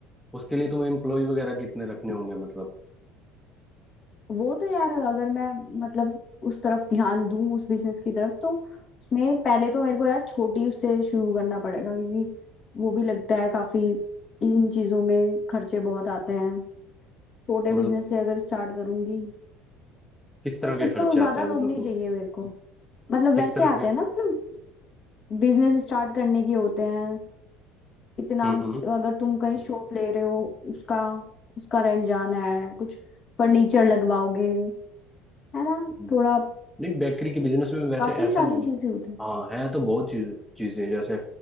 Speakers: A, in the centre; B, on the left.
A: उसके लिए तुम्हें एम्प्लॉय वगैरह कितने रखने होंगे मतलब
B: वो तो यार अगर मैं मतलब उस तरफ ध्यान दूं उस बिजनेस की तरफ तो उसमें पहले तो मेरे को यार छोटी उससे शुरू करना पड़ेगा क्योंकि वो भी लगता है काफी इन चीजों में खर्चे बहुत आते हैं छोटे
A: मतलब
B: बिजनेस से अगर स्टार्ट करूंगी
A: किस तरह
B: तो फिर
A: के खर्चे
B: तो ज्यादा
A: आते हैं
B: लोग
A: मतलब
B: नहीं
A: तुम
B: चाहिए मेरे को मतलब
A: किस
B: वैसे
A: तरह
B: आते
A: के
B: हैं ना मतलब बिजनेस स्टार्ट करने के होते हैं कितना
A: हम्म हम्म
B: अगर तुम कहीं शॉप ले रहे हो उसका उसका रेंट जाना है कुछ फर्नीचर लगवाओगे है ना
A: हम्म।
B: थोड़ा
A: नहीं बेकरी के बिजनेस में वैसे
B: काफी
A: ऐसा
B: सारी
A: नहीं
B: चीजें होती हैं
A: हाँ है तो बहुत चीज चीजें जैसे